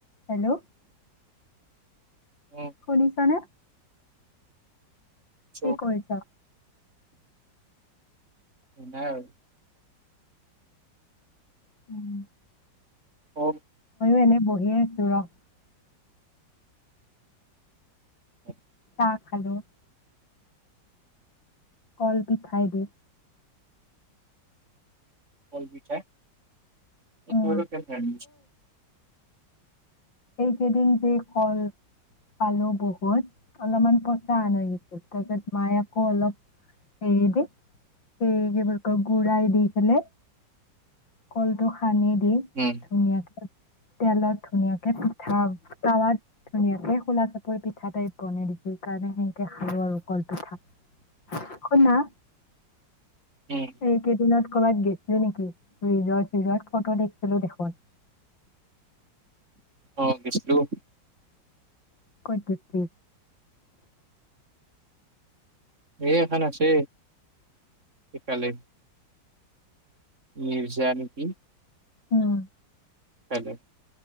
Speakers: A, on the left; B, on the right.
A: Hello
B: উম
A: শুনিছনে?
B: চ'
A: কি কৰিছ?
B: নাই আৰু
A: উম ।
B: অ
A: এনে বহিয়েই এ ৰ । উম
B: <unintelligible>
A: চাহ খালো । কল পিঠাই দি।
B: কল পিঠা এই
A: উম।
B: তো আৰু কেনেকে।
A: এই কেইদিন যে কল পালোঁ বহুত অলমান, তাৰ অন মায়াকো অলপ হেৰিদি সেই বুলি কয় গু়ড়াই দি পেলে কলটো। সানি দি
B: উম
A: ধুনিয়াকে তেলত ধুনীয়া কে পিঠা তাৱাত ধুনীয়াকে খোলা চাপৰি পিঠা টাইপ বনাই দিছিল ।সেইকাৰণে সেনেকে খালোঁ আৰু কল পিঠা। শুনা
B: উম
A: এইকেইদিনত ক'বাত গৈছিলি নেকি ৰিজৰ্ট চিজত ফটো দেখিছিলোঁ দেখোন।
B: অ গৈছিলোঁ।
A: ক'ত গৈছিলি।
B: এই এখন আছে সিফালে। নি বিচা নেকি?
A: উম
B: কাইলে।